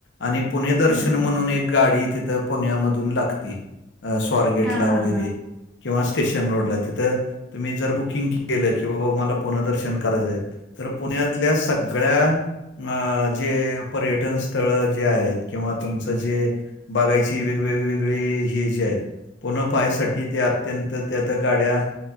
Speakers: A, on the left; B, in the centre.
A: आणि पुणे दर्शन
B: हम्म हम्म
A: म्हणून
B: हम्म
A: एक, गाडी तिथं पुण्यामधून लागते स्वारगेटला
B: हा हा
A: वगैरे,
B: हा
A: किंवा स्टेशन रोडला तिथं तुम्ही जर बुकिंग केलं किंवा मला पुन्हा दर्शन करायचंय. तर पुण्यातल्या सगळ्या अ जे पर्यटन स्थळ जे आहेत किंवा तुमचं जे, बाघायची वेवेगवेगळे हे जे आहेत पुण पायसाठी..... तिथ अत्यंत त्यात गाड्या